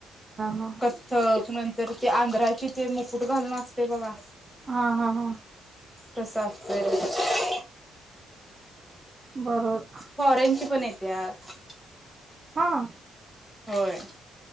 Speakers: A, on the right; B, in the centre.
A: हा
B: कथक तर ते आंध्राची ते मुकुट घालून असते बघा
A: हा हा हा
B: तस अस हम् <inaudible>
A: बरोबर
B: फॉरेनची पण येत्यात.
A: हां
B: होय